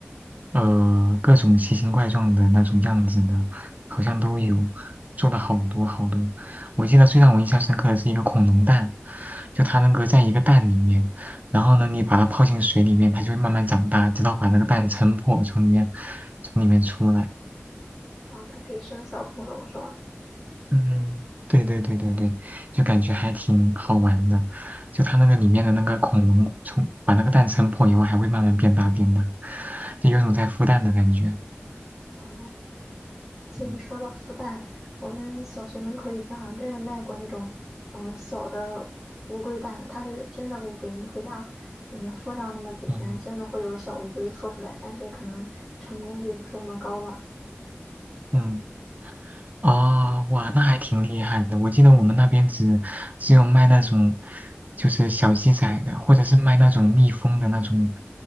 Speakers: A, on the right; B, in the centre.
A: 呃各种奇形怪状的那种样子的，好像都有，做了好多好多。我记得最让我印象深刻的是一个恐龙蛋，就它那个在一个蛋里面。然后呢，你把它泡进水里面，它就会慢慢长大，直到把那个蛋撑破，从里面从里面出来。
B: 啊，它可以生小恐龙是吗？
A: 嗯，对对对对对，就感觉还挺好玩的。就它那个里面的那个恐龙，从把那个蛋撑破以后，还会慢慢变大变大，就有种在孵蛋的感觉。
B: 啊，其实你说到孵蛋，
A: 嗯
B: 我们小学门口以前好像真的卖过那种，嗯，小的乌龟蛋，它是真的乌龟，你回家，嗯，孵上那么几天，
A: 嗯
B: 真的会有小乌龟孵出来，但是可能成功率不是那么高吧。
A: 嗯，啊、哇，那还挺厉害的。我记得我们那边只只有卖那种就是小鸡仔的，或者是卖那种蜜蜂的那种，